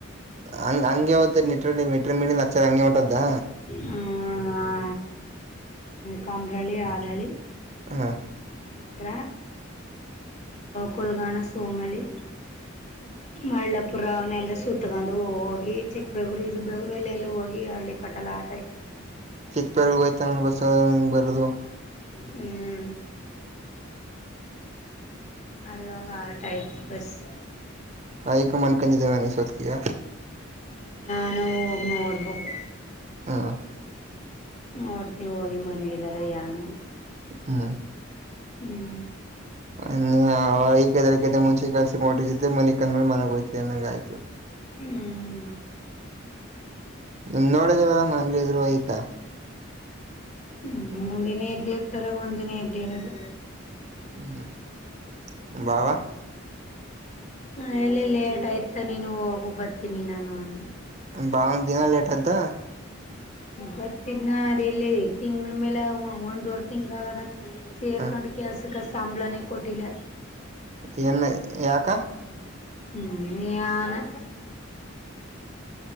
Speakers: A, on the right; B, on the left.
A: ಹಂಗ್ ಹಂಗೆ ಹೋದ್ದ ನಿಟ್ರಲ್ಲಿ ಮಿಟ್ರಿಮೀಳಿಂದ ಆಚ್ಚರಿ ಹಂಗೆ ಹೊಂಟೋದ್ದ
B: ಹ್ಮ್ ಕಂಬ್ರಲ್ಲಿ ಆಳಲ್ಲಿ
A: ಹಾ
B: ಮಿಟ್ರ ಕೊಲ್ಗಾಣ ಸೋಮಳ್ಳಿ ಮಳ್ಳಪುರ ಅವನೆಲ್ಲ ಸುತ್ತಕೊಂಡು ಹೋಗಿ ಚಿಕ್ಕಬೇಗುರು ಇರು ಬೇಗೂರು ಎಲ್ಲೆಲ್ಲ ಹೋಗಿ ಹಳ್ಳಿ ಕಟ್ಟಲು ಹಾಲ್ಟ್ ಆಯ್ತಾ
A: ಚಿಕ್ಕಬೆಗೂರ್ ಗೆ ಒಯ್ತನ ಬಸ್ ಇಂಗ್ ಬರೋದು
B: ಹ್ಮ್ ಅಲ್ಲೋಗಿ ಹಾಲ್ಟ್ ಆಯ್ತಾ ಬಸ್
A: ಆಯ್ಕ ಮನ್ಕಂದಿದ್ದೇವೆ ಎಷ್ಟೋತ್ತಿಗೆ
B: ಹಾ ನಾವು ಹೋಗಿ ನೋಡಬೇಕು
A: ಹ್ಮ
B: ನೋಡ್ತಿನಿ ಹೋಗಿ ಮನ್ಗಿದಾರ ಯನ್ ಅಂತ
A: ಹ್ಮ್
B: ಹ್ಮ್
A: ಹ ಅವೈಕ ಎದ್ದೇಲಾಕಿಂತ ಮುಂಚೆ ಕೆಲಸಕ್ಕೆ ಹೋದ್ರೆ ಮನಿಕೊಂಡ್ ಮೇಲೆ ಮನೆಗೆ ಹೋಯ್ತಿಯ ಅಂದಗೆ ಆಯ್ತು
B: ಹ್ಮ್
A: ನಿಮ್ಮ ನೋಡಿದೇವರ ಮನ್ಲಿ ಇದ್ರು ಐಕ
B: ಹ್ಮ ಒಂದಿನ ಎದ್ದ ಇರ್ತಾರ ಒಂದ್ದಿನ ಎದ್ದಿಯಿರಲ್ಲ.
A: ಹ್ಮ್ ಭಾವ
B: ಹ ಎಲ್ಲಿ ಲೇಟ್ ಆಯ್ತ ನೀನು ಹೋಗು ಬರ್ತೀನಿ ನಾನು ಅಂದ
A: ಬಾವನದು ದಿನ ಲೇಟ್ ಅದ
B: ಬತ್ತಿದ್ನ ಅದ ಎಲ್ಲಿ ತಿಂಗಳ ಮೇಲೆ ಒಂದುವರ್ ತಿಂಗ ಆಗದ. ಸೇರ್ಕೊಂಡು
A: ಹ
B: ಕೆಲಸಕ್ಕೆ ಸಂಬಳನೆ ಕೊಟ್ಟಿಲ್ಲ.
A: ಏನ್ ಯಾಕ.
B: ಹ್ಮ್ ಯನಾ